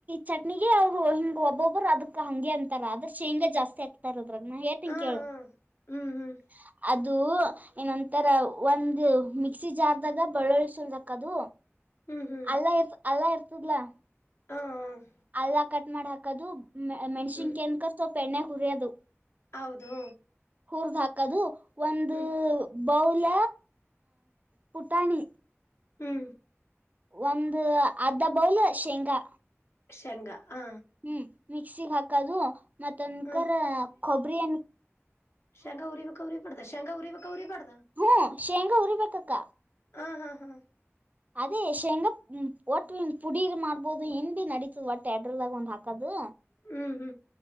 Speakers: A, on the right (about 35°); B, on the left (about 65°).
A: ಚಟ್ನಿಗೆ ಅವ್ರು ಹಿಂಗ್ ಒಬ್ಬೊಬ್ಬರು ಅದಕ್ ಹಂಗೆ ಅಂತಾರ ಅದ್ರ ಶೇಂಗಾ ಜಾಸ್ತಿ ಹಾಕ್ತಾರ ದ್ರಾಗ ನಾ ಹೇಳ್ತೀನಿ
B: ಹಾ
A: ಕೇಳು
B: ಹಾ
A: ಅ
B: ಹ್ಮ್ ಹ್ಮ್
A: ಅದು ಏನೊಂತರ ಒಂದು ಮಿಕ್ಸಿ ಜಾರ್ ದಾಗ ಬಳ್ಳಳಿಸಲ್ದಕ್ದು
B: ಹೂ ಹೂ
A: ಅಲ್ಲ ಇ ಅಲ್ಲ ಇರ್ತದಲ್ಲಾ
B: ಹೂ ಹೂ
A: ಅಲ್ಲ ಕಟ್ ಮಾಡ ಹಾಕದು ಮೆಣ್ಸಿನ್
B: ಹ್ಮ್
A: ಕನ್ಕ ಸ್ವಲ್ಪ ಎಣ್ಣೆ ಹುರಿಯೋದು
B: ಹೌದು
A: ಹೂರ್ದ ಹಾಕದು ಒಂದು
B: ಹ್ಮ್
A: ಒಂದು ಬೌಲ ಪುಟಾಣಿ
B: ಹೂ
A: ಒಂದು ಅರ್ಧ ಬೌಲ್ ಶೇಂಗಾ
B: ಶೇಂಗ ಹಾ
A: ಹೂ ಮಿಕ್ಸಿಗ್ ಹಾಕದು ಮತ್ತಂದಕರ
B: ಹ
A: ಕೊಬರಿ ಅನ್
B: ಶೇಂಗ ಉರಿ ವಕೌರಿ ಪಡದ ಶೇಂಗ ಉರಿಕೌರಿ ಪಡಾ
A: ಹೂ ಶೇಂಗಾ ಉರಿಬೇಕಕ್ಕ
B: ಹ ಹಾ ಹಾ
A: ಅದೇ ಶೇಂಗ ಒಟ್ಟ ಪುಡೀರ್ ಮಾಡ್ಬೋದು ಹೆ್ ಭ ನಡೀತದ ಒಟ್ಟ ಎಡ್ರದಾಗ ಒಂದ್ ಹಾಕದು
B: ಹೂ ಹೂ